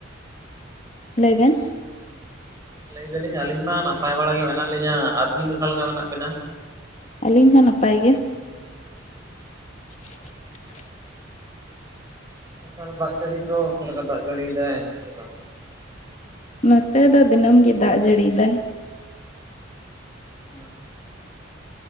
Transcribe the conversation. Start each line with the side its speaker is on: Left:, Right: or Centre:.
Left: ᱞᱟᱹᱭ ᱵᱮᱱ᱾
Right: ᱞᱟᱹᱭ ᱫᱟᱹᱞᱤᱧ ᱟᱹᱞᱤᱧ ᱢᱟ ᱱᱟᱯᱟᱭ ᱵᱟᱲᱟ ᱜᱮ ᱢᱮᱱᱟᱜ ᱞᱤᱧᱟᱹ ᱟᱹᱵᱤᱱ ᱚᱠᱟ ᱞᱮᱠᱟ ᱢᱮᱱᱟᱜ ᱵᱤᱱᱟ?
Left: ᱟᱹᱞᱤᱧ ᱦᱚᱸ ᱱᱟᱯᱟᱭ ᱜᱮ᱾ <inaudible>
Right: ᱱᱮᱛᱟᱨ ᱫᱟᱜ ᱡᱟᱹᱲᱤ ᱠᱚ ᱚᱠᱟᱞᱮᱠᱟ ᱫᱟᱜ ᱡᱟᱹᱲᱤᱭᱮᱫᱟᱭ ᱚᱱᱛᱮ ᱫᱚ?
Left: ᱱᱚᱛᱮ ᱫᱚ ᱫᱤᱱᱟᱹᱢ ᱜᱮ ᱫᱟᱜ ᱡᱟᱹᱲᱤᱭ ᱫᱟᱭ᱾
Right: ᱦᱮᱸ᱾